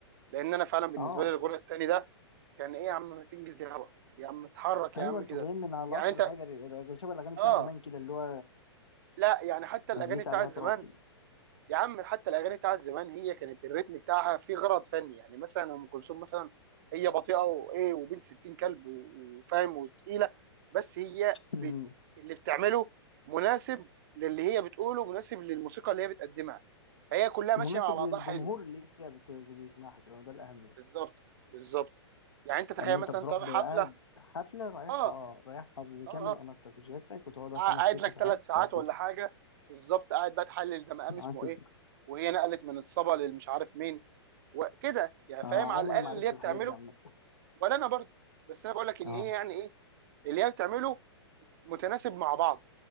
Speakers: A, on the right (about 50°); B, on the left (about 90°).
A: لان انا فعلا بالنسبه
B: اه
A: لي الغنى التاني ده كان ايه يا عم ما تنجز يا هوا يا عم اتحرك
B: ايوه
A: يا عم
B: انتوا
A: كده
B: جايين من على العصر
A: يعني انت
B: الحجري ال- شبه الاغاني بتاعت
A: اه
B: زمان كده اللي هو
A: لا يعني حتى
B: مزيكا
A: الاغاني بتاعت
B: عليها
A: زمان
B: تراب كده
A: يا عم حتى الاغاني بتاعت زمان هي كانت الريتم بتاعها فيه غرض فني يعني مثلا ام كلثوم مثلا هي بطيئه وايه وبين 60 كلب و- وفاهم وتقيله بس هي
B: أمم.
A: بت... اللي بتعمله مناسب للي هي بتقوله مناسب للموسيقى اللي هي بتقدمها فهي كلها ماشيه
B: مناسب
A: مع بعضها
B: للجمهور
A: حلو
B: اللي هي بت... بيسمعها كمان ده الاهم
A: بالظبط بالظبط يعني انت تخيل
B: ان انت
A: مثلا
B: بتروح
A: انت رايح
B: قاعد
A: حفله
B: حفله رايحها
A: اه
B: اه رايحها بكامل
A: اه اه
B: اناقتك وشياكتك وتقعدها
A: قاع-
B: خمس
A: قاعد
B: ست
A: لك
B: ساعات
A: ثلاث ساعات
B: تقعد تسمع
A: ولا حاجه بالظبط قاعد بقى تحلل ده مقام
B: تقعد
A: اسمه
B: تسمع
A: ايه وهي نقلت من الصبا للمش عارف مين وكده يعني فاهم
B: آه
A: على
B: عمري
A: الاقل
B: ما عرفت
A: اللي هي بتعمله
B: الحاجات دي عامه
A: ولا انا برضه بس انا بقول لك ان
B: اه
A: هي يعني ايه اللي هي بتعمله متناسب مع بعض